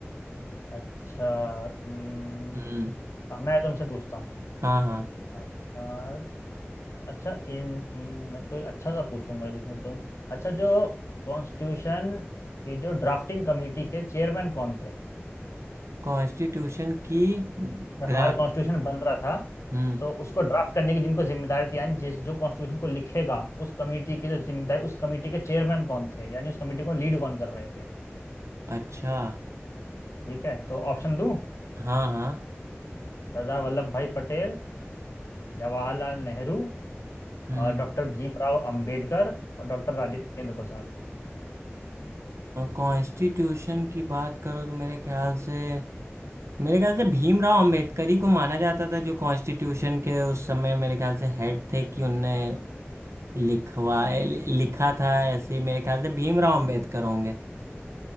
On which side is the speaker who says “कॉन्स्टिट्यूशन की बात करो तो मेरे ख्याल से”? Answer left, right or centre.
Right